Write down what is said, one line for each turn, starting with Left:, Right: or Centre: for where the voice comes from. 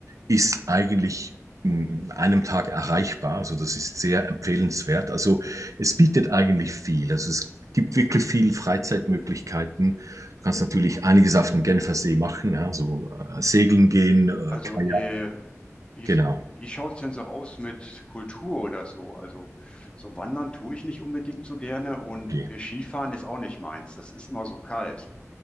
Right: ist eigentlich in einem Tag erreichbar. Also das ist sehr empfehlenswert. Also es bietet eigentlich viel. Also es gibt wirklich viel Freizeitmöglichkeiten. Du kannst natürlich einiges auf dem Genfersee machen, ja, so äh, segeln gehen, äh,
Left: Also,
Right: Kajak,
Left: äh, wie,
Right: genau.
Left: wie schaut's denn so aus mit Kultur oder so? Also, so wandern tue ich nicht unbedingt so gerne und
Right: Okay.
Left: äh, Skifahren ist auch nicht meins. Das ist immer so kalt.